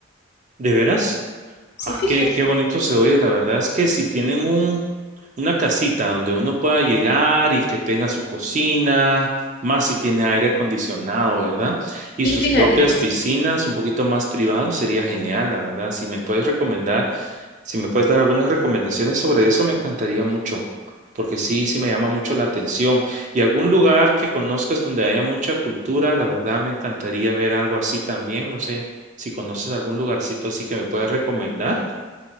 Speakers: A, on the right; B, on the left.
A: ¿De veras?
B: Sí,
A: Ah,
B: fíjate.
A: qué, qué bonito se oye. La verdad es que si tienen un, una casita donde uno pueda llegar y que tenga su cocina, más si tiene aire acondicionado, ¿verdad? Y
B: Y
A: sus
B: fíjate
A: propias
B: que, s-
A: piscinas, un poquito más privado, sería genial, la verdad. Si me puedes recomendar. Si me puedes dar algunas recomendaciones sobre eso, me encantaría mucho, porque sí, sí me llama mucho la atención. Y algún lugar que conozcas donde haya mucha cultura, la verdad me encantaría ver algo así también. No sé si conoces algún lugarcito así que me puedas recomendar.